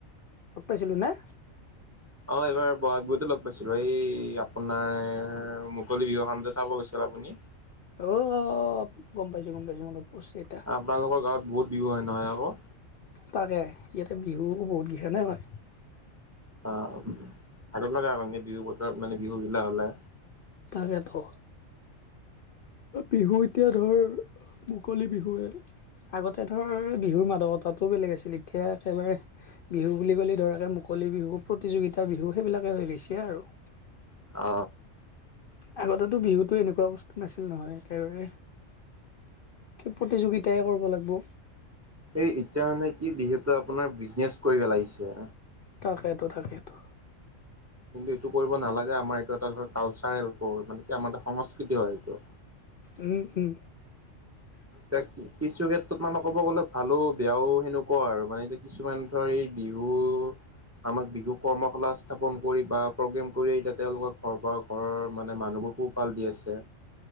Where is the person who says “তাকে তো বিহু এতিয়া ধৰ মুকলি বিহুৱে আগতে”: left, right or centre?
Left